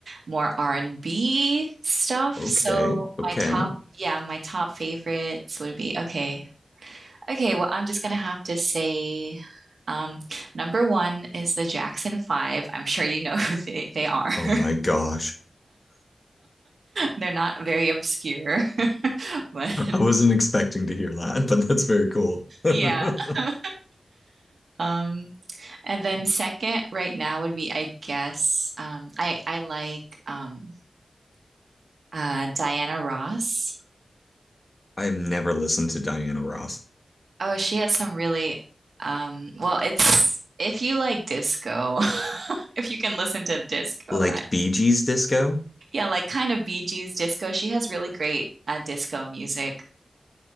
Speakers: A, on the right; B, on the left.
A: more R&B stuff.
B: okay,
A: So
B: okay.
A: my top, yeah, my top favorites would be okay. Okay, well, I'm just gonna have to say, um, number one is the Jackson Five. I'm sure you know <laughs> who they, they are.
B: Oh
A: <laughs>
B: my gosh.
A: They're not very obscure, <laughs> but
B: I wasn't expecting to hear that, <laughs> but that's very cool. <laughs> I
A: yeah. <laughs> Um, and then second, right now would be, I guess, um, I I like um, uh, Diana Ross.
B: have never listened to Diana Ross.
A: Oh, she has some really, um, well, it's if you like disco, <laughs> if you can listen to disco,
B: Like Bee Gees disco?
A: Yeah, like kind of Bee Gees disco. She has really great uh, disco music.